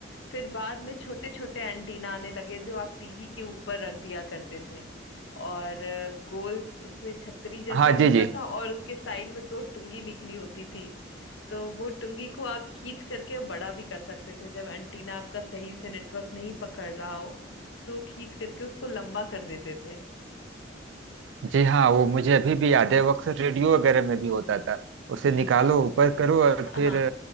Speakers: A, on the left; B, on the right.
A: फिर बाद में छोटे छोटे एंटीना आने लगे जो आप टीवी के ऊपर रख दिया करते थे और अ, गोल उसमें छतरी जैसा
B: हाँ
A: रहता
B: जी जी
A: था और उसके साइड में दो टुंगी निकली होती थी तो वो टुंगी को आप खींच करके बड़ा भी कर सकते थे जब एंटीना आपका सही से नेटवर्क नहीं पकड़ रहा हो तो खींच करके उसको लंबा कर देते थे
B: जी हाँ वो मुझे अभी भी याद है वो अक्सर रेडियो वगैरह में भी होता था उसे
A: जी
B: निकालो ऊपर करो और
A: हाँ
B: फिर